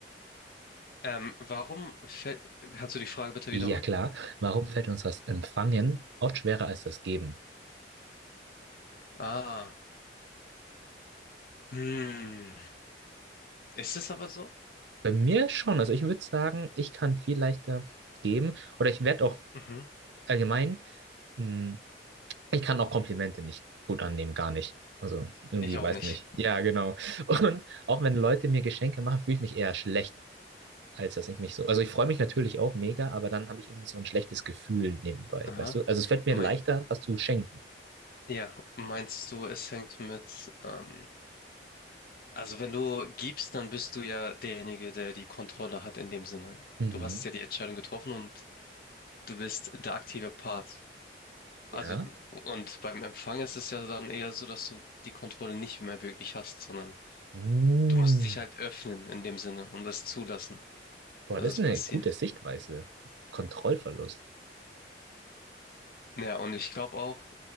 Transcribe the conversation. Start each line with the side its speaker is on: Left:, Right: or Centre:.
Left: Ähm, warum fällt. Kannst du die Frage bitte
Right: Ja
Left: wiederholen?
Right: klar, warum fällt uns das Empfangen oft schwerer als das Geben?
Left: Ah. Hm. Ist es aber so?
Right: Bei mir schon. Also ich würde sagen, ich kann viel leichter geben. Oder ich werde auch
Left: Mhm.
Right: allgemein, mh, ich kann auch Komplimente nicht gut annehmen, gar nicht. Also irgendwie,
Left: Ich auch
Right: weiß
Left: nicht.
Right: nicht. Ja, genau. <laughs> Und auch wenn Leute mir Geschenke machen, fühle ich mich eher schlecht, als dass ich mich so. Also ich freue mich natürlich auch mega, aber dann habe ich irgendwie so ein schlechtes Gefühl nebenbei,
Left: Aha.
Right: weißt du? Also es fällt mir
Left: Mein,
Right: leichter, was zu schenken.
Left: ja, meinst du, es hängt mit. Ähm, also, wenn du gibst, dann bist du ja derjenige, der die Kontrolle hat in dem Sinne.
Right: Mhm.
Left: Du hast ja die Entscheidung getroffen und du bist der aktive Part.
Right: Ja.
Left: Also, und beim Empfang ist es ja dann eher so, dass du die Kontrolle nicht mehr wirklich hast, sondern
Right: Mm.
Left: du musst dich halt öffnen in dem Sinne und das zulassen,
Right: Boah,
Left: dass
Right: das
Left: es
Right: ist eine
Left: passiert.
Right: gute Sichtweise. Kontrollverlust.
Left: Ja, und ich glaube auch,